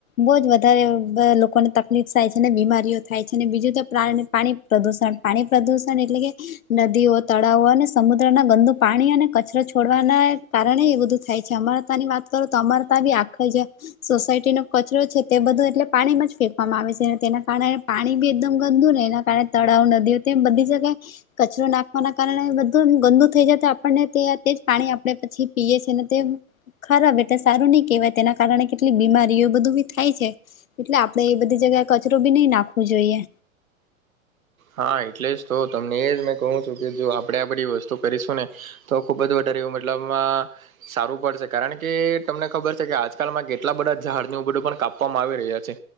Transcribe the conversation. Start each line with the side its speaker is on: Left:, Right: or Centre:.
Left: બહુ જ વધારે બ લોકોને તકલીફ થાય છે અનેને બીમારીઓ થાય છે ને બીજું તો પ્રાણીને પાણી પ્રદુષણ પાણી પ્રદુષણ એટલે કે. નદીઓ તળાવો અને સમુદ્ર ના ગંદુ પાણી અને કચરો છોડવાના કારણે એ બધું થાય. છે અમરતા ની વાત કરું તો અમરતા બી આખ જે. સોસાયટી નો કચરો છે તે બધો એટલે પાણીમાં જ ફેંકવામાં આવે છે તેના કારણે પાણી બી એકદમ ગંદુ ને એના કારણે તળાવ નદીઓ તેમ બઘી જગ્યાએ. કચરો નાખવાના કારણે બધું ગંદુ થઈ જાય તો આપણને તે તે જ પાણી આપણે પછી પીએ છે અને તે. ખરાબ એટલે સારું નહી કેહેવાય તેના કારણે કેટલી બીમારીઓ બધું બી થાય છે. એટલે આપડે એ બધી જગ્યાએ કચરો બી નહી નાખવો જોઈએ.
Right: હા એટલે જ તો તમને એ જ મેં કહું છું કે જો આપણે આ બધી વસ્તુ કરીશું ને. તો ખુબ જ વધારે એવું મતલબ મા. સારું પડશે કારણ કે તમને ખબર છે કે આજકાલમાં કેટલા બધા ઝાડની બધું પણ કાપવામાં આવી રહ્યા છે.